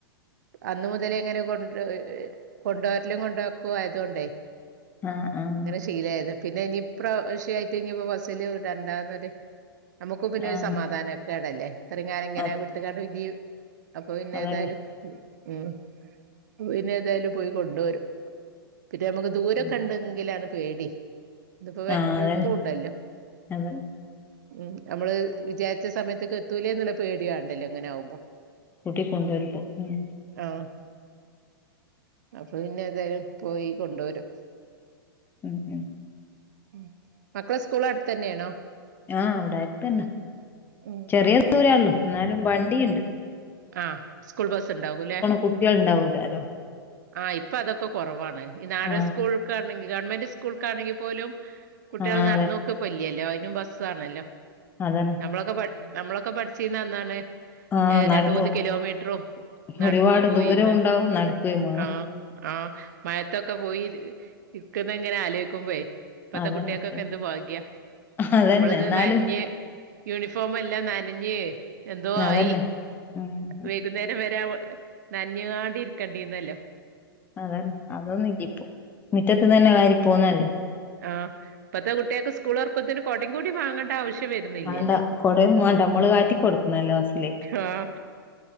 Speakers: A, on the right (about 50°); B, on the left (about 15°).
A: അന്ന് മുതല് ങ്ങനെ കൊണ്ട് കൊണ്ടോരലും കൊണ്ടോക്കു ആയത് കൊണ്ടേ
B: ആഹ് ആഹ്
A: <unintelligible> പിന്നെനിപ്രാവ്ശ്യം ആയിട്ടിനീപ്പ ബസ്സില് വിടണ്ടാന്നൊര് നമ്മുക്കും പിന്നെ
B: ആഹ്
A: ഒരു സമാധാനം എപ്പഴല്ലേ ഇത്രയും നാള് ഇങ്ങനെ
B: അത്
A: വിട്ടു കൊണ്ട് ജി അപ്പം പിന്നെ
B: അതന്നെ
A: ഏതായാലും ഉം ഉം ഉന്ന എന്തായാലും പോയി കൊണ്ടുവരും പിന്നെ നമുക്ക് ദൂരോക്കെ
B: ഉം
A: ഉണ്ടെങ്കിലാണ് പേടി <unintelligible>
B: ആഹ്
A: എളുപ്പുണ്ടല്ലോ.
B: അതന്നെ അതന്നെ
A: ഉം നമ്മൾ വിചാര്ച്ച സമയത്ത്ക്കെത്തൂലെ ന്നുള്ള പേടി വാണ്ടല്ലോ ഇങ്ങനാവുമ്പം.
B: കൂട്ടി കൊണ്ടുവരുമ്പോ ഉം.
A: ആഹ് അപ്പ പിന്നെ എന്തായാലും പോയി കൊണ്ടുവരും
B: ഉം ഉം
A: ഉം മക്കളെ സ്കൂള് അടുത്ത് തന്നെയാണോ
B: ആഹ് അവിടടുത്തന്നെ
A: ഉം
B: ചെറിയ ദൂരേള്ളു ന്നാലും വണ്ടീണ്ട്
A: ആഹ് സ്കൂൾ ബസ്സ് ഉണ്ടാവൂല്ലേ
B: കുട്ടികൾ ഉണ്ടാവൂലാലോ
A: ആഹ് ഇപ്പം അതൊക്കെ കൊറവാണ് ഈ നാടൻ
B: ആഹ്
A: സ്കൂൾ ക്കാണെങ്കി ഗവണ്മെന്റ് സ്കൂൾക്കാണെങ്കി പോലും കുട്ടികൾ
B: ആഹ്
A: നടന്നു
B: അതെ
A: പോക്ക്പ്പല്ല്യല്ലോ അയ്നും ബസ്സാണല്ലോ
B: അതന്നെ.
A: നമ്മളൊക്കെ പ നമ്മളൊക്കെ പഠിച്ചന്ന അന്നാണേ
B: ആഹ് നടന്നു
A: രണ്ടൂന്നു
B: പോകും
A: കിലോ മീറ്ററും നടന്നു
B: ഒരുപാട്
A: പോയീന്ന്
B: ദൂരം ഉണ്ടാവും നടക്കുകയും വേണം
A: ആഹ് ആഹ് മയത്തൊക്കെ പോയി ഇര്ക്കുന്ന ങ്ങനെ ആലോയ്ക്കുമ്പയ്. ഇപ്പത്തെ
B: അതന്നെ
A: കുട്ടികൾക്കൊക്കെ
B: ശരി
A: എന്ത് ഭാഗ്യ
B: അതന്നെ
A: നമ്മള്
B: എന്നാലും
A: നനഞ്ഞ് യൂണിഫോം എല്ലാം നനഞ്ഞ് എന്തോ
B: അതന്നെ
A: ആയി
B: ഉം ഉം.
A: വെയ്കുന്നേരം വരെ അവ് നൻഞ്ഞ്കാണ്ടി ഇരിക്കണ്ടീരുന്നല്ലോ
B: അതെ അതൊന്നും ഇയിപ്പോ മിറ്റത്ത്ന്നന്നെ
A: ഉം
B: വാരി പോന്നല്ലേ.
A: ആഹ് പ്പത്തെ കുട്ട്യക്ക് സ്കൂളൊർക്കത്തിന് കൊടിം കൂടി വാങ്ങണ്ട ആവശ് റ്റ് വരുന്നില്ല്യല്ലോ
B: വേണ്ട കൊടയൊന്നും വേണ്ട നമ്മള് കാറ്റി കൊടുക്കുന്നല്ലേ ബസ്സിലേക്ക്
A: ആഹ്